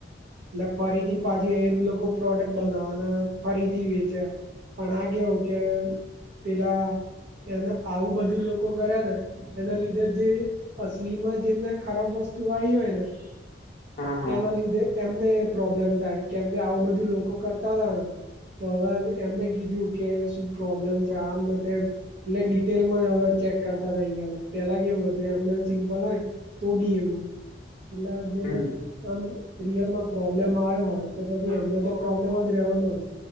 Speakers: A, on the right; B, on the left.
A: એટલે ફરીથી પાછી એ લોકો પ્રોડક્ટ બનાવવાના ફરીથી વેચે. પણ આ કેવું કે પેલા એના આવું બધું લોકો કરેને એના લીધે જે અસલીમાં જેમને ખરાબ વસ્તુ આવી હોય ને
B: હા હા
A: એના લીધેં એમને પ્રોબ્લેમ થાય કેમ કે આવું બધું લોકો કરતા હતા ને તો હવે એમને કીધું કે શું પ્રોબ્લેમ છે આમ ને તેમ એટલે ડિટેલ માં હવે ચેક કરતા થઇ ગયા છે. પેલા કેવું હતું એમનેમ સિમ્પલ હોય તો બી એવું એટલે જેને
B: હમ
A: આમ રિયલમાં પ્રોબ્લેમ હોય તો પછી એમને પ્રોબ્લેમ જ રહેવાનો.